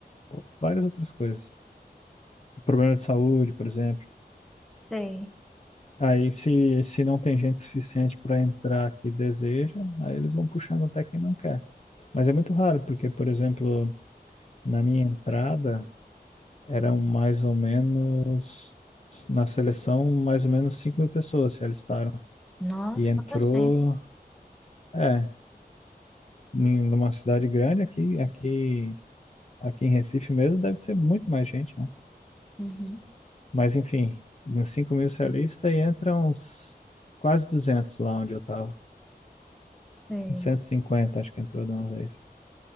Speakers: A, on the left (about 40°); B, in the centre.
A: ou várias outras coisas. Problema de saúde, por exemplo.
B: sei.
A: Aí, se, se não tem gente suficiente para entrar que deseja, aí eles vão puxando até quem não quer. Mas é muito raro, porque, por exemplo, na minha entrada, eram mais ou menos, na seleção, mais ou menos cinco mil pessoas se alistaram.
B: Nossa,
A: E entrou,
B: quanta gente.
A: é, em numa cidade grande aqui, aqui, aqui em Recife mesmo, deve ser muito mais gente, né?
B: Uhum.
A: Mas enfim, uns cinco mil celistas e entra uns quase 200 lá onde eu tava.
B: Sei.
A: Uns 150 acho que entrou de uma vez.